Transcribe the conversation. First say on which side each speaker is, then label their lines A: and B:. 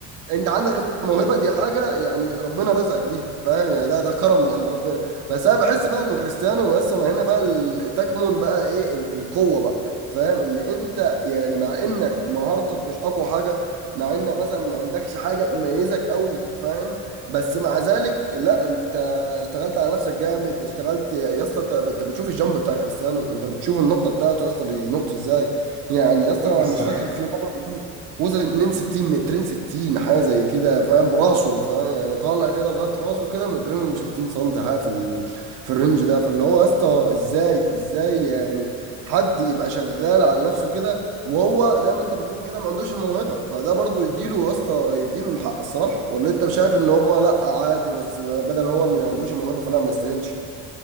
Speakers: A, on the right; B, on the right.
A: انت عندك الموهبه دي حاجه يعني ربنا رزقك بيها فاهم يعني ده ده كرم من عند ربنا بس انا بحس بقى ان كريستيانو بس ما هنا بقى ال- تكمن بقى ايه ال- القوه بقى فاهم ان انت يعني مع انك مهارتك مش اقوى حاجه مع انك مثلا ما عندكش حاجه تميزك قوي فاهم بس مع ذلك لا انت اشتغلت على نفسك جامد اشتغلت يا اسطى انت انت بتشوف الجامب بتاع كريستيانو انت بتشوف النطه بتاعته يا اسطى بينط ازاي يعني يا اسطى
B: دول في الصراحة
A: مش فاكر في مره وزن 2 60 مترين 60 حاجه زي كده فاهم براسه فاهم يعني طالع كده لغايه راسه كده مترين و60 سم حاجه في ال... في الرينج ده فاللي هو يا اسطى ازاي ازاي يعني حد يبقى شغال على نفسه كده وهو زي ما انت بتقول كده ما عندوش الموهبه فده برضو يديله يا اسطى يديله الحق الصراحه ولا انت شايف ان هو لا عادي بس بدل هو ما عندوش الموهبه فلا ما يستاهلش